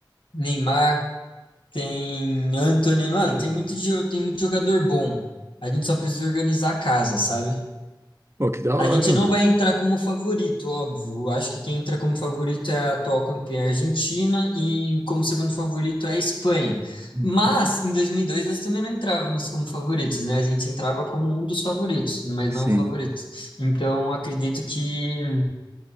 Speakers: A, on the left (about 80°); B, on the right (about 30°).
A: Neymar, tem Antony, mano, tem muito, jo- tem muito jogador bom. A gente só precisa organizar a casa, sabe?
B: Pô, que da hora,
A: A gente não
B: mano.
A: vai entrar como favorito, óbvio. Acho que quem entra como favorito é a atual campeã argentina e como segundo favorito é a Espanha.
B: Uhum.
A: Mas em 2002 nós também não entrávamos como favoritos, né? A gente entrava como um dos favoritos, mas
B: Sim.
A: não o favorito. Então acredito que